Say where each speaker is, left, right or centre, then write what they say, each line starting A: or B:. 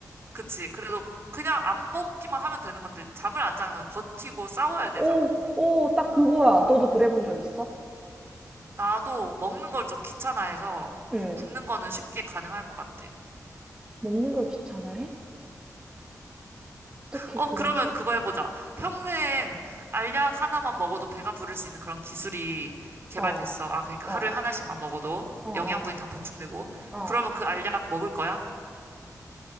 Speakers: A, on the right; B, on the right.
A: 그치. 그래도 그냥 안 먹기만 하면 되는 건데, 잠을 안 자는 건 버티고 싸워야 되잖아.
B: 오! 오! 딱 그거야. 너도 그래 본 적 있어?
A: 나도 먹는 걸 좀 귀찮아해서
B: 응.
A: 굶는 거는 쉽게 가능할 것 같아.
B: 먹는 걸 귀찮아해? 어떻게
A: 어,
B: 그러지?
A: 그러면 그거 해보자. 평생 알약 하나만 먹어도 배가 부를 수 있는 그런 기술이 개발됐어.
B: 어,
A: 아, 그러니까
B: 어,
A: 하루에 하나씩만 먹어도
B: 어, 어,
A: 영양분이 다 보충되고.
B: 어.
A: 그러면 그 알약 먹을 거야?